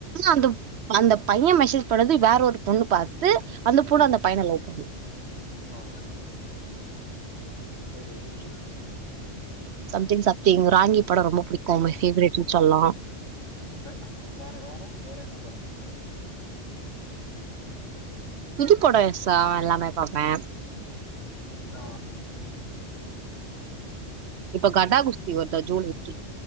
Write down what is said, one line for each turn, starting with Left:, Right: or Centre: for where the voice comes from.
Right: அந்த
Left: ஆ
Right: அந்த பைய மெசேஜ் பண்ணது வேற ஒரு பொண்ணு பாத் து அந்த பொண்ணு
Left: ஆ
Right: அந்த பையன லவ் பண்ணு
Left: ஆ ஒரே நிமிச
Right: சம்திங் சம்திங் ராங்கி படம் ரொம்ப புடிக்கு
Left: ஹலோ
Right: மை ஃபேவரேட்ன்னு சொல் லா
Left: வேற அம் வேற வேற என்ன படம் ஃபேவரிட்
Right: புதுப்பட விசா எல்லாமே பாப்பே
Left: ஆ
Right: இப்ப கடா குஸ்தி வருத ஜுலை த்ரீ